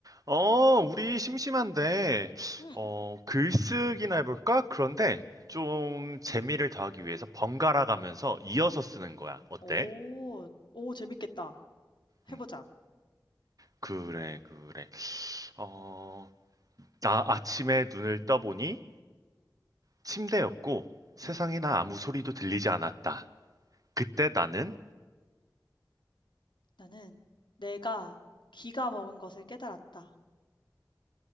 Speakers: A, on the right; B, on the left.
A: 어, 우리 심심한데,
B: 응.
A: 어, 글쓰기나 해볼까? 그런데 좀 재미를 더하기 위해서 번갈아 가면서 이어서 쓰는 거야. 어때?
B: 오, 오, 재밌겠다.
A: 음,
B: 해보자.
A: 그래, 그래. 어, 나 아침에 눈을 떠보니 침대였고 세상에나
B: 응.
A: 아무 소리도 들리지 않았다. 그때
B: 음.
A: 나는
B: 나는 내가 귀가 먹은 것을 깨달았다.